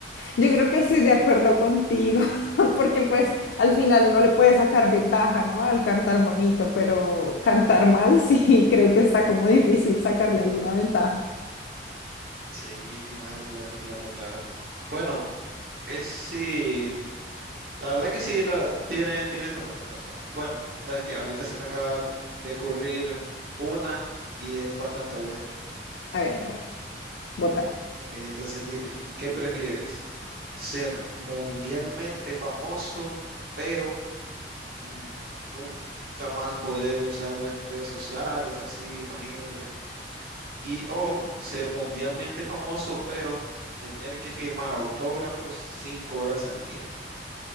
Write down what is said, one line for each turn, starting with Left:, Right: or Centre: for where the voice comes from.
Left: Yo creo que estoy de acuerdo contigo, <laughs> porque pues al final uno le puede sacar ventaja, ¿no? Al cantar bonito, pero cantar mal <laughs> sí, creo que está como difícil sacarle alguna ventaja.
Right: Sí, claro, claro, claro, claro. Bueno, es sí, la verdad que sí, la, tienes, tienes bastante razón. Bueno, sabes que ahorita se me acaba de ocurrir una y es bastante buena.
Left: A ver, a ver, votar.
Right: Ok, entonces dime, ¿qué prefieres? ¿Ser mundialmente famoso, pero mm, nunca más poder usar redes sociales, así, imagínate? Y o ser mundialmente famoso, pero tener que firmar autógrafos cinco horas al día.